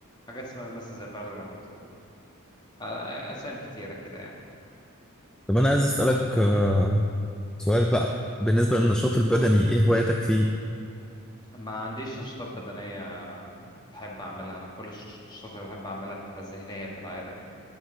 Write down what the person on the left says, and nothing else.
حاجات اسمها مثلا زي فالورانت و... آه، اسامي كتيره كده يعني
ما عنديش نشاطات بدنيه بحب اعملها انا كل الش- النشاطات اللي بحب اعملها بتبقى ذهنيه في العاده يعني